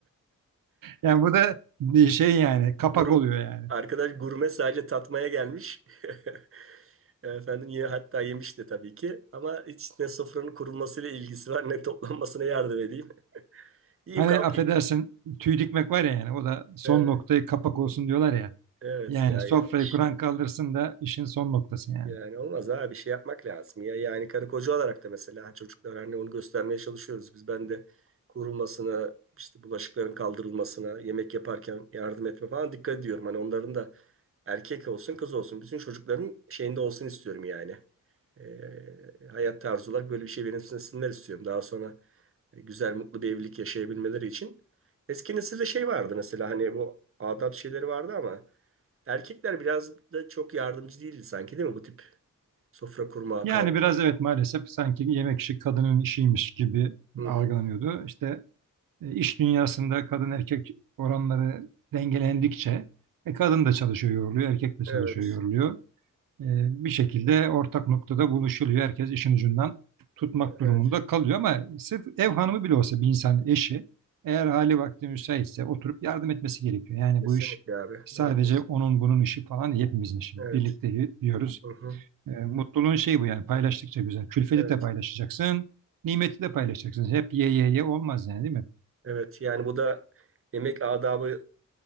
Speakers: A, on the right; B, on the right.
A: Yani bu da bir şey yani kapak
B: Gurme,
A: oluyor yani.
B: arkadaş gurme sadece tatmaya gelmiş. <laughs> Efendim ye, hatta yemişti tabii ki. Ama hiç ne sofranın kurulmasıyla ilgisi var ne toplanmasına yardım edeyim. <laughs> Yiyeyim
A: Hani
B: kalkayım.
A: affedersin tüy dikmek var ya yani o da son
B: Evet,
A: noktayı kapak olsun diyorlar ya.
B: evet
A: Yani
B: ya
A: sofrayı
B: yanlış.
A: kuran kaldırsın da işin son noktası yani.
B: Yani olmaz abi bir şey yapmak lazım. Ya yani karı koca olarak da mesela çocuklara hani onu göstermeye çalışıyoruz. Biz ben de kurulmasına, işte bulaşıkların kaldırılmasına, yemek yaparken yardım etme falan dikkat ediyorum. Hani onların da erkek olsun kız olsun bütün çocukların şeyinde olsun istiyorum yani. Ee, hayat tarzı olarak böyle bir şey benimsinler istiyorum. Daha sonra e, güzel mutlu bir evlilik yaşayabilmeleri için. Eski nesilde şey vardı mesela hani bu adab şeyleri vardı ama erkekler biraz da çok yardımcı değildi sanki değil mi bu tip Sofra kurmağa
A: Yani
B: kaldırma.
A: biraz evet maalesef sanki yemek işi kadının işiymiş gibi
B: Hı hı.
A: algılanıyordu. İşte e, iş dünyasında kadın erkek oranları dengelendikçe e, kadın da çalışıyor yoruluyor, erkek de çalışıyor
B: Evet,
A: yoruluyor. E, bir şekilde ortak noktada buluşuluyor. Herkes işin ucundan tutmak durumunda
B: evet.
A: kalıyor ama sırf ev hanımı bile olsa bir insan eşi eğer hali vakti müsaitse oturup yardım etmesi gerekiyor. Yani
B: Kesinlikle
A: bu iş
B: abi.
A: sadece
B: Doğru diyorsun.
A: onun bunun işi falan değil, hepimizin işi.
B: Evet.
A: Birlikte y- yiyoruz.
B: Hı hı.
A: E, mutluluğun şeyi bu yani paylaştıkça güzel. Külfeti
B: Evet.
A: de paylaşacaksın, nimeti de paylaşacaksın. Hep ye ye ye olmaz yani değil mi?
B: Evet. Yani bu da yemek adabı